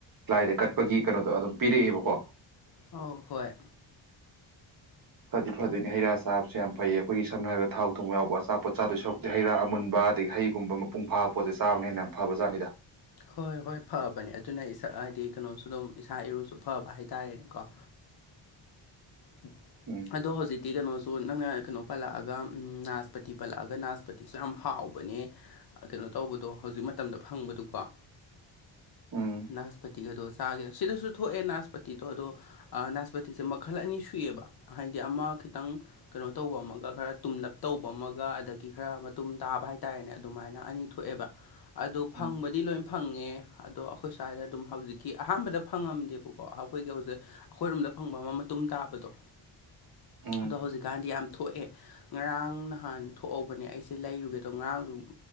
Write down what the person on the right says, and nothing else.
ꯂꯥꯏꯗ ꯀꯠꯄꯒꯤ ꯀꯩꯅꯣꯗꯣ ꯑꯗꯨꯝ ꯄꯤꯔꯛꯑꯦꯕꯀꯣ
ꯐꯗꯤ ꯐꯗꯣꯏꯅꯤ ꯍꯩꯥ ꯆꯕꯁꯨ ꯌꯥꯝ ꯐꯩꯌꯦ ꯑꯩꯈꯣꯏꯒꯤ ꯁꯝꯅ ꯍꯥꯏꯔꯕꯗ ꯊꯣꯡ ꯌꯥꯎ ꯑꯆꯥꯣꯠꯆꯥꯗꯣꯏ ꯁꯔꯨꯛ ꯑꯩ ꯍꯩ ꯔꯥ ꯑꯃꯨꯕ ꯑꯗꯒꯤ ꯍꯩꯒꯨꯝꯕ ꯃꯄꯨꯡ ꯐꯥꯕ ꯄꯣꯠꯁꯦ ꯆꯥꯕ ꯍꯦꯟꯅ ꯌꯥꯝ ꯐꯕꯖꯥꯠꯅꯤꯗ
ꯎꯝ
ꯎꯝ
ꯎꯝ
ꯎꯝ